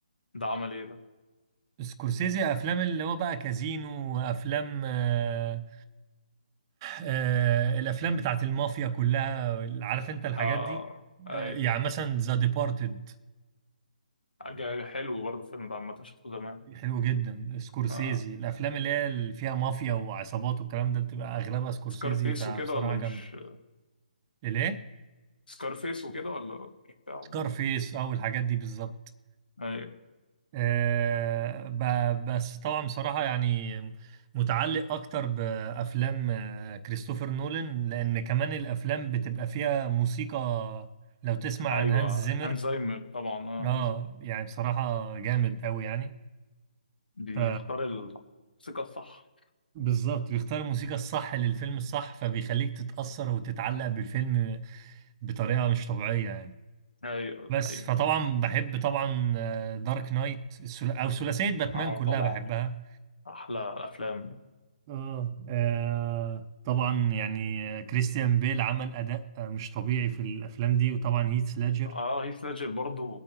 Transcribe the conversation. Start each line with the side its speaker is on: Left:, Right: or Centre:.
Left: ده عمل ايه ده؟
Right: سكورسيزي افلام اللي هو بقى كازينو وافلام آه آه الافلام بتاعت المافيا كلها عارف انت الحاجات
Left: اه
Right: دي
Left: ايوه
Right: آه يعني مثلا ذا ديبارتد
Left: حاجة حلو برضه الفيلم ده عامة شفته زمان
Right: حلو جدا سكورسيزي
Left: آه.
Right: الافلام اللي هي اللي فيها مافيا وعصابات والكلام ده بتبقى اغلبها سكورسيزي
Left: سكارفيس
Right: فبصراحة
Left: وكده ولا مش
Right: جامدة الايه
Left: سكارفيس وكده ولا بتاعه
Right: سكارفيس او الحاجات دي بالظبط
Left: ايوه
Right: آه ب- بس طبعا بصراحة يعني متعلق اكتر بافلام آه، كريستوفر نولان لان كمان الافلام بتبقى فيها موسيقى لو تسمع عن
Left: ايوه
Right: هانز زيمر
Left: هانزايمر طبعا اه
Right: اه
Left: هانزايمر
Right: يعني بصراحة جامد قوي يعني
Left: بيختار
Right: ف
Left: الموسيقى الصح
Right: بالظبط بيختار الموسيقى الصح للفيلم الصح فبيخليك تتأثر وتتعلق بالفيلم بطريقة مش طبيعية يعني
Left: ايوه دي
Right: بس
Left: حقيقة
Right: فطبعا بحب طبعا دارك نايت او ثلاثيه باتمان
Left: اه
Right: كلها
Left: طبعا
Right: بحبها
Left: احلى الافلام ده
Right: اه آه، طبعا يعني آه، كريستيان بيل عمل اداء آه، مش طبيعي في الافلام دي وطبعا هيث ليدجر
Left: اه هيث ليدجر برضو